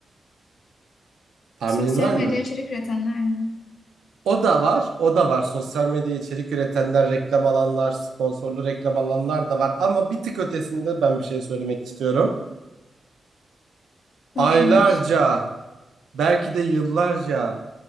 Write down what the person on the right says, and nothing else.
Tahminin
var
mı?
O da var, o da var. Sosyal medya içerik üretenler, reklam alanlar, sponsorlu reklam alanlar da var. Ama bir tık ötesinde ben bir şey söylemek istiyorum.
Aylarca, belki de yıllarca